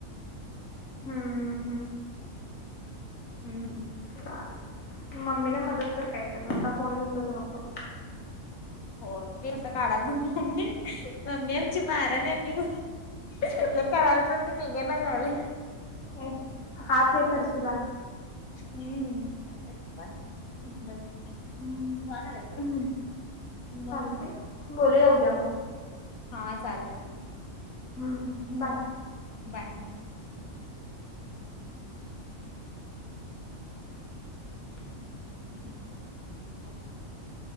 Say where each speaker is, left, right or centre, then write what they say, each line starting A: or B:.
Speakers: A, on the left; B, on the left.
A: हम्म हम.
B: हम्म.
A: चालेल मम्मीला मदत कर, नसता फोन घेऊन बसू नकोस.
B: होय ते आता काढायला दोन्ही अंडी, मम्मी आमची मारायला मी या करायलाच ते निघे ना झाले.
A: ए हात हे करशीला
B: अं. <unintelligible>
A: हम्म का बोलूया उद्या मग.
B: हा चालेल
A: हम्म बाय.
B: बाय. <inaudible>